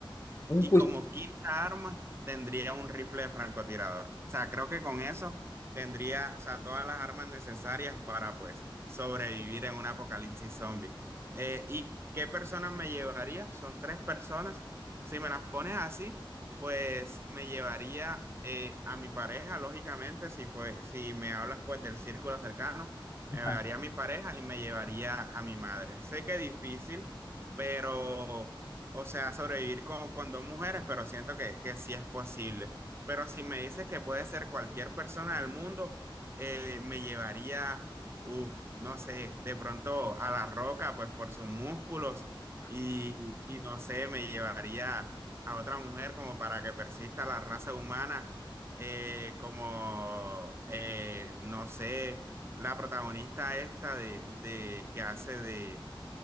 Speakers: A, on the left; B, on the right.
A: un
B: Y
A: cuchillo,
B: como quinta arma, tendría un rifle de francotirador. O sea, creo que con eso tendría, o sea, todas las armas necesarias para, pues, sobrevivir en un apocalipsis zombie. Eh, ¿y qué personas me llevaría? Son tres personas. Si me las pones así, pues me llevaría eh, a mi pareja, lógicamente, si fue, si me hablas, pues, del círculo cercano, me
A: ajá,
B: llevaría a mi pareja y me llevaría a mi madre. Sé que es difícil, pero... O sea, sobrevivir con, con dos mujeres, pero siento que, que sí es posible. Pero si me dices que puede ser cualquier persona del mundo, eh, me llevaría, uff, no sé, de pronto a La Roca, pues por sus músculos, y, y no sé, me llevaría a otra mujer como para que persista la raza humana, eh, como, eh, no sé, la protagonista esta de, de que hace de,